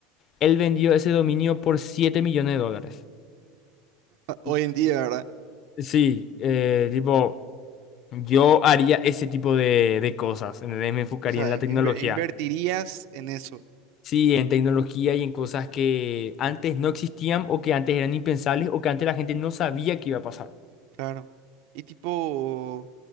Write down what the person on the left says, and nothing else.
Él vendió ese dominio por 7 millones de dólares.
Y-
y-
Sí, eh, tipo, yo haría ese tipo de, de cosas, ¿entendés? Me enfocaría
en la tecnología.
Sí, en tecnología y en cosas que antes no existían o que antes eran impensables o que antes la gente no sabía que iba a pasar.